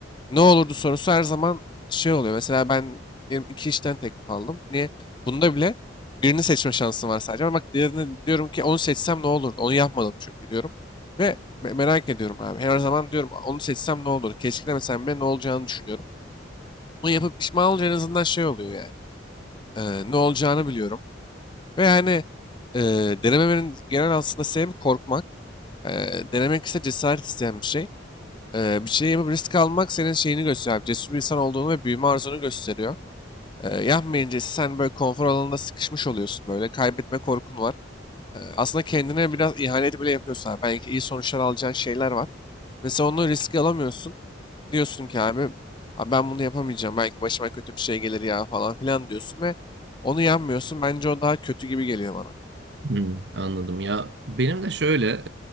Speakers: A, on the left; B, on the right.
A: Ne olurdu sorusu her zaman şey oluyor. Mesela ben diyelim iki işten teklif aldım. Niye? Bunda bile birini seçme şansım var sadece. Ama bak diğerini diyorum ki onu seçsem ne olurdu? Onu yapmadım çünkü diyorum. Ve me- merak ediyorum abi. Her zaman diyorum onu seçsem ne olur? Keşkelemesem bile ne olacağını düşünüyorum. Bunu yapıp pişman olunca en azından şey oluyor yani. Ee, ne olacağını biliyorum. Ve yani e, denememenin genel aslında sebebi korkmak. Ee, denemek ise cesaret isteyen bir şey. Ee, bir şey yapıp risk almak senin şeyini gösteriyor. Cesur bir insan olduğunu ve büyüme arzunu gösteriyor. Ee, yapmayınca ise sen böyle konfor alanında sıkışmış oluyorsun böyle. Kaybetme korkun var. Ee, aslında kendine biraz ihanet bile yapıyorsun. abi. Belki iyi sonuçlar alacağın şeyler var. Mesela onu riske alamıyorsun. Diyorsun ki abi, "Abi ben bunu yapamayacağım. Belki başıma kötü bir şey gelir ya falan filan diyorsun ve onu yapmıyorsun. Bence o daha kötü gibi geliyor bana.
B: Hmm, anladım ya benim de şöyle